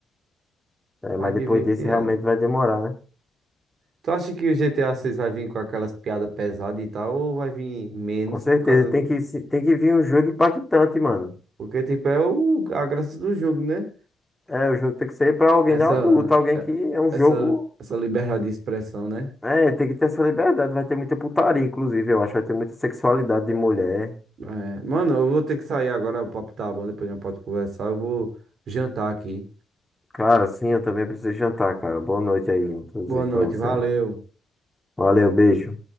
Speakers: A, in the centre; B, on the right (about 65°).
A: É,
B: mais
A: mas depois
B: de 20
A: desse
B: anos.
A: realmente vai demorar, né?
B: Tu acha que o GTA 6 vai vir com aquelas piadas pesadas e tal, ou vai vir menos
A: Com certeza.
B: por causa
A: Tem
B: do...
A: que, se- tem que vir um jogo impactante, mano.
B: Porque, tipo, é o... a graça do jogo, né?
A: É, o jogo tem que ser pra alguém
B: Essa,
A: adulto, alguém
B: é-
A: que é um
B: essa,
A: jogo.
B: essa liberdade de expressão, né?
A: É, tem que ter essa liberdade. Vai ter muita putaria, inclusive, eu acho. Vai ter muita sexualidade de mulher.
B: É, Mano, eu vou ter que sair agora, o papo tá bom, depois a gente pode conversar, eu vou jantar aqui.
A: Cara, sim, eu também preciso jantar, cara. Boa noite aí, inclusive,
B: Boa noite,
A: pra você.
B: valeu.
A: Valeu, beijo.